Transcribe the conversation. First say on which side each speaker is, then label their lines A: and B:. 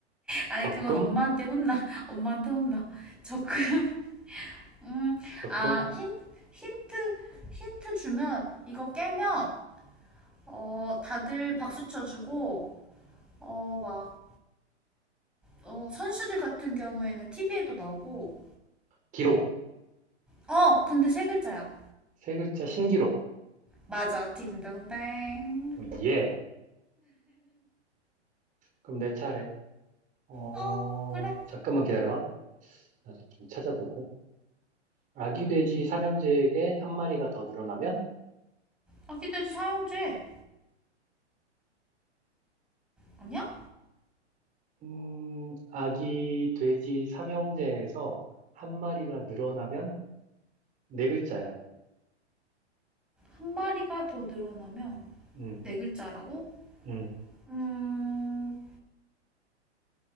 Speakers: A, in the centre; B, on the right.
A: 아니
B: 적금?
A: 그건 엄마한테 혼나 엄마한테 혼나 적금 음,
B: 적금?
A: 아, 힌, 힌트, 힌트 주면, 이거 깨면, 어, 다들 박수 쳐주고, 어, 막, 어, 선수들 같은 경우에는 TV에도 나오고,
B: 기록.
A: 어, 근데 세 글자야.
B: 세 글자, 신기록.
A: 맞아, 딩동댕.
B: 어, 예. 그럼 내 차례. 어,
A: 어, 그래.
B: 잠깐만 기다려봐. 나도 좀 찾아보고. 아기 돼지 삼형제에게 한 마리가 더 늘어나면?
A: 아기 돼지 사형제 아니야?
B: 음, 아기 돼지 삼형제에서 한 마리가 늘어나면 네 글자야.
A: 한 마리가 더 늘어나면
B: 음,
A: 네 글자라고?
B: 음.
A: 음,